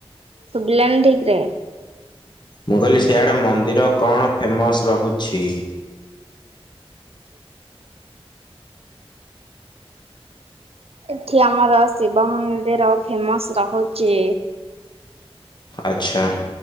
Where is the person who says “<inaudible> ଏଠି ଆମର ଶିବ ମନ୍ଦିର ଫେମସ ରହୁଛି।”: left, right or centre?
Right